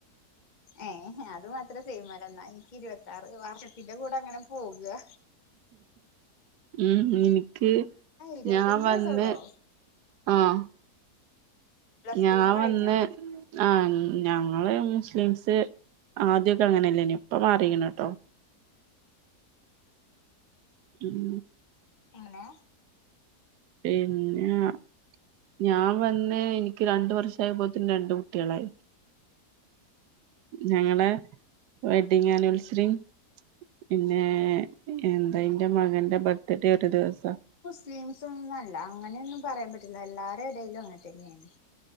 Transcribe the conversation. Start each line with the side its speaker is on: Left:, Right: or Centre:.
Left: യെ അത് മാത്രം സൈമല്ല എന്നാ എനിക്ക് ഇരുപത്തിറ് വർഷത്തിന്റെ കൂടെ അങ്ങനെ പോകാ
Right: ഉം ഇനിക്ക്
Left: ഇരുപത്തഞ്ച്
Right: ഞാൻ വന്ന്
Left: വയസ്സൊള്ളോ
Right: ആഹ്
Left: പ്ലസ്
Right: ഞാ
Left: ടൂന്ന് കഴിഞ്ഞോ
Right: വന്ന് ആഹ് ഞങ്ങള് മുസ്ലിംസ് ആദ്യയോക്കെ അങ്ങനെലായിന്നോഇനി ഇപ്പ മാറിക്കാണട്ടോ ഉം
Left: എങ്ങനെ
Right: പിന്നെ ഞാൻ വന്ന് എനിക്ക് രണ്ട് വർഷയാപ്പേത്തേന് രണ്ട് കുട്ടിയളായി ഞങ്ങളെവെഡ്ഡിങ് ആനിവേഴ്സറി പിന്നെ എന്തായ് എൻ്റെ മകന്റെ ബർത്ത്ഡേ ഒര് ദിവസാ
Left: ടിൻസുംഒന്നും അല്ലാ അങ്ങനെയൊന്നും പറയാൻ പറ്റ്ന്നാ അല്ല എല്ലാരോടെ എടെലും അങ്ങനെ തന്നെയാണ്